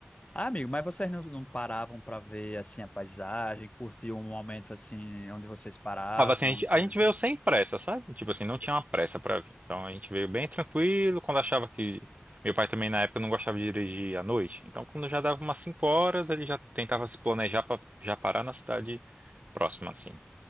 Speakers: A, on the left (about 30°); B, on the right (about 40°).
A: Ah, amigo, mas vocês não, não paravam para ver, assim, a paisagem, curtir um momento, assim, onde vocês paravam,
B: Tava assim, a
A: uma
B: gente,
A: coisa
B: a gente
A: assim?
B: veio sem pressa, sabe? Tipo assim, não tinha uma pressa pra vir. Então a gente veio bem tranquilo, quando achava que. Meu pai também na época não gostava de dirigir à noite. Então quando já dava umas cinco horas, ele já tentava se planejar pra já parar na cidade próxima, assim.